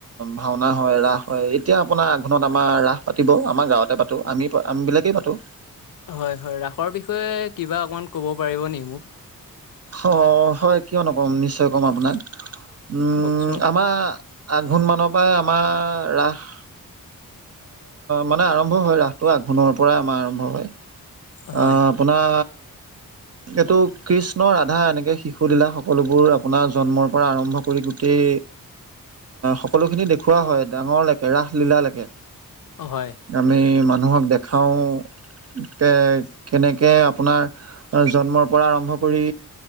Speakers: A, on the right; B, on the left.
A: ভাওনা হয় ৰাস হয়। এতিয়া আপোনাৰ আঘোণত আমাৰ ৰাস পাতি আমাৰ গাঁৱতে পাতো আমি আমিবিলাকেই পাতো।
B: হয়, হয়, ৰাসৰ বিষয়ে কিবা অকণমান ক'ব পাৰিব নেকি মোক?
A: অ', হয় কিয় নকম নিশ্চয় কম আপোনাক। উম
B: কওকচোন
A: আমাৰ আঘোণ মানৰ পৰাই আমাৰ ৰাস মানে আৰম্ভ হয় ৰাসটো আঘোণৰ পৰাই আমাৰ আৰম্ভ হয়।
B: হয়
A: আহ আপোনাৰ এইটো কৃষ্ণ ৰাধা এনেকে শিশু লীলা সকলোবোৰ আপোনাৰ জন্মৰ পৰা আৰম্ভ কৰি গোটেই সকলোখিনি দেখুওৱা হয়, ডাঙৰলৈকে ৰাস লীলালৈকে।
B: অ', হয়।
A: আমি মানুহক দেখাওঁ তে কেনেকে আপোনাৰ জন্মৰ পৰা আৰম্ভ কৰি